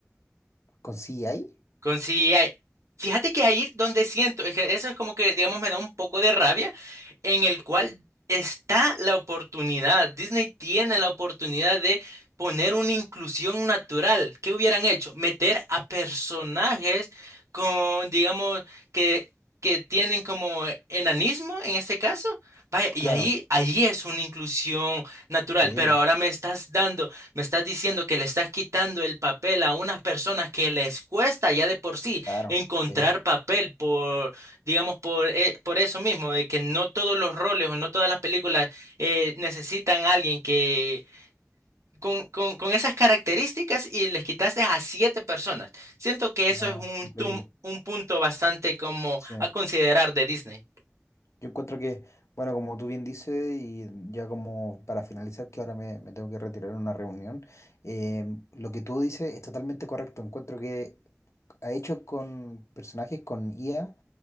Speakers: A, on the left; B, on the right.
A: ¿con ahí?
B: Con si hay- Fíjate que ahí donde siento, es que eso es como que, digamos, me da un poco de rabia, en el cual está la oportunidad. Disney tiene la oportunidad de poner una inclusión natural. ¿Qué hubieran hecho? Meter a personajes con, digamos, que, que tienen como eh, enanismo en este caso. Vaya, y
A: Claro,
B: ahí, ahí es una inclusión natural,
A: sí,
B: pero ahora me estás dando me estás diciendo que le estás quitando el papel a unas personas que les cuesta ya de por sí
A: claro,
B: encontrar
A: sí,
B: papel por, digamos, por, eh, por eso mismo, de que no todos los roles o no todas las películas eh, necesitan a alguien que con, con, con esas características y les quitaste a siete personas. Siento que eso
A: no,
B: es un,
A: increíble,
B: tum- un punto bastante como
A: sí.
B: a considerar de Disney.
A: Yo encuentro que, bueno, como tú bien dices, y ya como para finalizar, que ahora me, me tengo que retirar en una reunión, eh, lo que tú dices es totalmente correcto. Encuentro que ha hecho con personajes con IA,